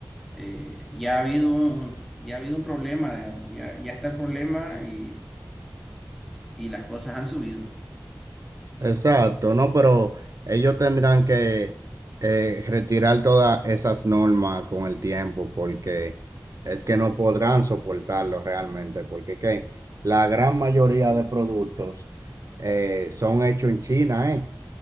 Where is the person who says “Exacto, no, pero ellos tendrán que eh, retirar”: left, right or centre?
Right